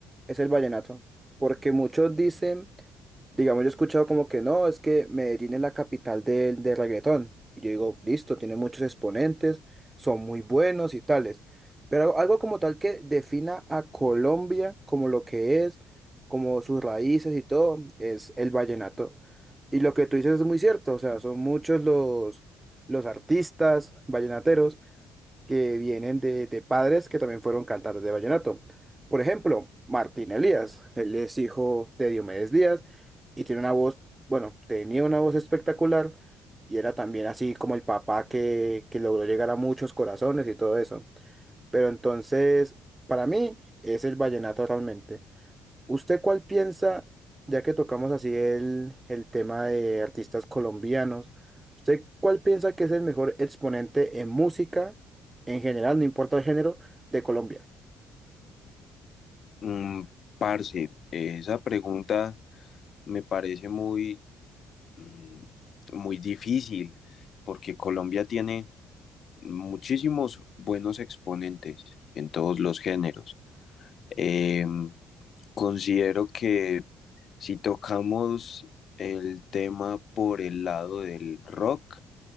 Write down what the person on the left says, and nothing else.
Mm, parce, esa pregunta me parece muy, mm, muy difícil porque Colombia tiene muchísimos buenos exponentes en todos los géneros. Eh, considero que si tocamos el tema por el lado del rock,